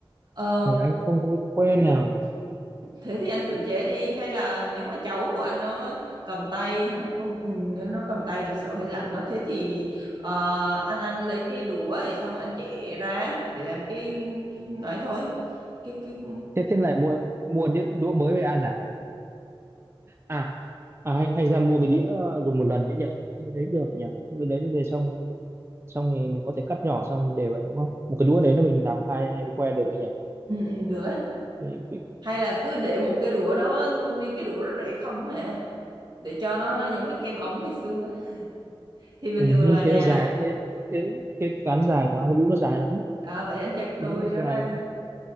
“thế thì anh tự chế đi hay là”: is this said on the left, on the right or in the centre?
Right